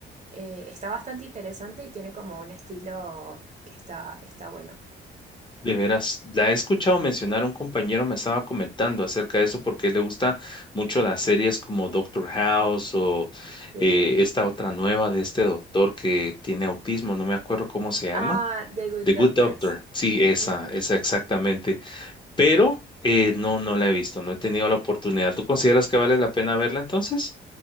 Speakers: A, on the right (about 35°); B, on the left (about 25°).
A: Eh, está bastante interesante y tiene como un estilo que está, está bueno.
B: De veras, la he escuchado mencionar, un compañero me estaba comentando acerca de eso porque le gusta mucho las series como Doctor House o
A: Sí.
B: eh, esta otra nueva de este doctor que tiene autismo, no me acuerdo cómo se llama.
A: Ah, The Good
B: The Good
A: Doctors.
B: Doctor, sí, esa,
A: Ujú.
B: esa exactamente. Pero eh, no, no la he visto, no he tenido la oportunidad. ¿Tú consideras que vale la pena verla entonces?